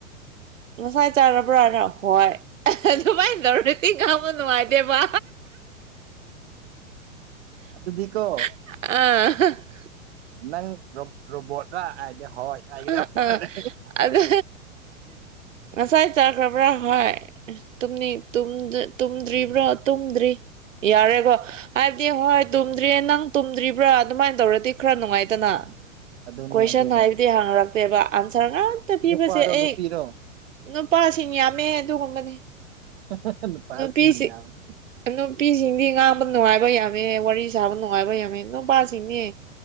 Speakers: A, on the right; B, on the right.
A: ꯉꯁꯥꯏ ꯆꯥꯔꯕ꯭ꯔ ꯍꯥꯏꯔꯒ ꯍꯣꯏ ꯑꯍꯦ ꯑꯗꯨꯃꯥꯏꯅ ꯅꯧꯔꯇ ꯀꯃ ꯅꯨꯡꯉꯥꯏꯗꯦꯕ
B: ꯑꯗꯨꯗꯤ ꯀꯣ
A: ꯑꯥ
B: ꯅꯪ ꯔꫭ ꯔꯣꯕꯣꯠꯔ ꯍꯥꯏꯔꯗꯤ ꯍꯣꯏ ꯍꯥꯏꯒꯗꯕ
A: ꯑ ꯑꯥ
B: ꯃꯥꯜꯂꯦ
A: ꯑꯗ ꯉꯁꯥꯏ ꯆꯥꯈ꯭ꯔꯕ꯭ꯔꯥ ꯍꯥꯏ ꯇꯨꯝꯅꯤꯡ ꯇꯨꯝꯗ ꯇꯨꯝꯗ꯭ꯔꯤꯕ꯭ꯔꯣ ꯇꯨꯝꯗ꯭ꯔꯤ ꯌꯥꯔꯦꯀꯣ ꯍꯥꯏꯕꯗꯤ ꯍꯣꯏ ꯇꯨꯝꯗ꯭ꯔꯤꯌꯦ ꯅꯪ ꯇꯨꯝꯗ꯭ꯔꯤꯕ꯭ꯔꯥ ꯑꯗꯨꯃꯥꯏꯅ ꯇꯧꯔꯗꯤ ꯈꯔ ꯅꯨꯡꯉꯥꯏꯗꯅ
B: ꯑꯗꯨꯅꯦ
A: ꯀꯣꯏꯁꯟ
B: ꯑꯗꯨꯅꯦ
A: ꯍꯥꯏꯕꯗꯤ ꯍꯪꯔꯛꯇꯦꯕ ꯑꯟꯁꯔ ꯉꯥꯛꯇ ꯄꯤꯕꯁꯦ
B: ꯅꯨꯄꯥꯔꯣ
A: ꯑꯩ
B: ꯅꯨꯄꯤꯔꯣ
A: ꯅꯨꯄꯥꯁꯤꯡ ꯌꯥꯝꯃꯦ ꯑꯗꯨꯒꯨꯝꯕꯅꯦ
B: ꯍ ꯍ ꯍ ꯅꯨꯄꯥꯁꯤꯡ
A: ꯅꯨꯄꯤꯁꯤ
B: ꯌꯥꯝꯃꯦ
A: ꯅꯨꯄꯤꯁꯤꯡꯗꯤ ꯉꯥꯡꯕ ꯅꯨꯡꯉꯥꯏꯕ ꯌꯥꯝꯃꯦ ꯋꯥꯔꯤ ꯁꯥꯕ ꯅꯨꯡꯉꯥꯏꯕ ꯌꯥꯝꯃꯦ ꯅꯨꯄꯥꯁꯤꯡꯅꯦ